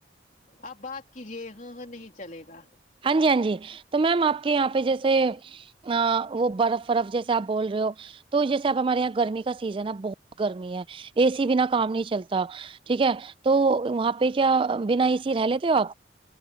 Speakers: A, on the left; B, on the right.
A: آپ بات کیجے ہاں ہاں نہیں چلے گا
B: ہاں جی ہاں جی تو میم آپ کے یہاں پہ جیسے ا وہ برف برف جیسے آپ بول رہے ہو تو جیسے اب ہمارے یہاں گرمی کا سیزن ہے بہت گرمی ہے اے سی بنا کام نہیں چلتا ٹھیک ہے تو وہاں پہ کیا بنا اے سی رہ لیتے ہو آپ